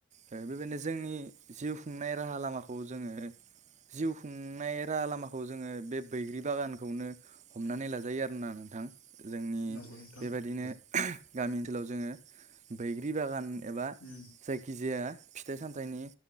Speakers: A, on the right; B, on the left.
A: बेबायदिनो जोंनि जिउ खुंनाय राहा लामाखौ जोङो जिउ खुंनाय राहा लामाखौ जोङो बे बैग्रि बागानखौनो हमनानै लाजायो आरोना नोंथां। जोंनि
B: नंगौ नोंथां
A: बेबायाददिनो
B: औ
A: गामि ओनसोलाव जोङो बैग्रि बागान एबा
B: नंगौ
A: जायखिजाया फिथाइ सामथाइनि